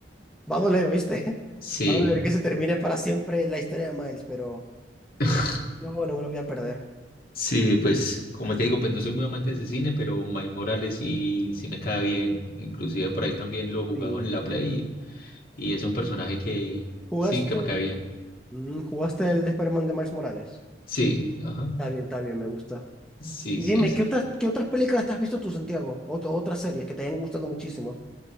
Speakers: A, in the centre; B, on the left (about 55°).
A: Va a doler, ¿oíste?
B: Sí,
A: <laughs> Va a doler que se termine para siempre la historia de Miles, pero
B: <laughs>
A: yo no me lo voy a perder.
B: sí, pues como te digo, pues no soy muy amante de ese cine, pero Miles Morales sí, sí me cae bien. Inclusive por ahí también lo he jugado
A: Sí.
B: en la Play y, y es un personaje que
A: ¿Jugaste,
B: sí, que me cae bien.
A: mm, jugaste el Spider-Man de Miles Morales?
B: Sí, ajá,
A: Está bien, está bien, me gusta.
B: sí,
A: Y
B: sí
A: dime,
B: es.
A: ¿qué otras, qué otras películas te has visto tú, Santiago? O, o otras series que te hayan gustado muchísimo.